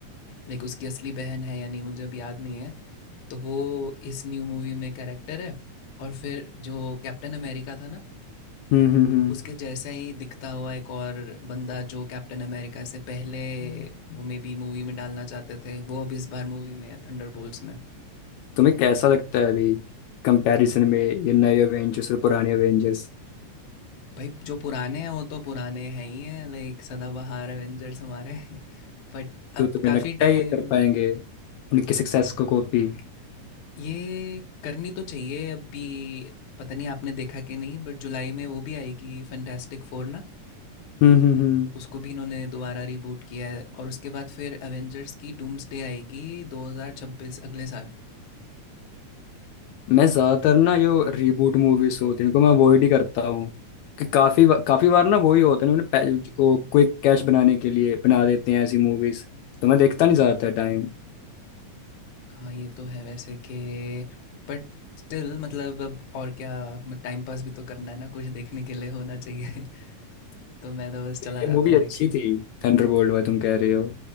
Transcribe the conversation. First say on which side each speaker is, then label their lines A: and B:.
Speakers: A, on the left; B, on the left.
A: लाइक उसकी असली बहन है या नहीं मुझे अब याद नहीं है तो वो इस न्यू मूवी में कैरेक्टर है और फिर जो कैप्टन अमेरिका था ना
B: हम्म हम्म हम्म हम्म।
A: उसके जैसा ही दिखता हुआ एक और बंदा जो कैप्टन अमेरिका से पहले वो मे बी मूवी में डालना चाहते थे वो अब इस बार मूवी में है थंडरबोल्ट्स में
B: तुम्हें कैसा लगता है अभी कंपैरिजन में ये नए एवेंजर्स और पुराने एवेंजर्स
A: भाई जो पुराने हैं वो तो पुराने हैं ही हैं लाइक सदाबहार एवेंजर्स हमारे <laughs> बट
B: तो
A: अब
B: तुम्हें
A: काफ़ी
B: लगता
A: टाइम
B: है ये कर पाएंगे उनकी सक्सेस को कॉपी
A: ये करनी तो चाहिए अभी पता नहीं आपने देखा कि नहीं बट जुलाई में वो भी आएगी फैंटास्टिक फोर ना
B: हम्म हम्म हम्म।
A: उसको भी इन्होंने दोबारा रिबूट किया है और उसके बाद फिर एवेंजर्स की डूम्सडे आएगी 2026 अगले साल
B: मैं ज्यादातर ना जो रीबूट मूवीज होती हैं इनको मैं अवॉइड ही करता हूँ कि काफी बा- काफी बार ना वही होता है उन्होंने पै- को क्विक कैश बनाने के लिए बना देते हैं ऐसी मूवीज तो मैं देखता नहीं ज्यादातर टाइम
A: हाँ ये तो है वैसे कि बट स्टिल मतलब अब और क्या टाइम पास भी तो करना है ना कुछ देखने के लिए होना चाहिए <laughs> तो मैं तो बस
B: ये
A: चला जाता
B: मूवी
A: हूँ देखने
B: अच्छी थी थंडरबोल्ट वाला तुम कह रहे हो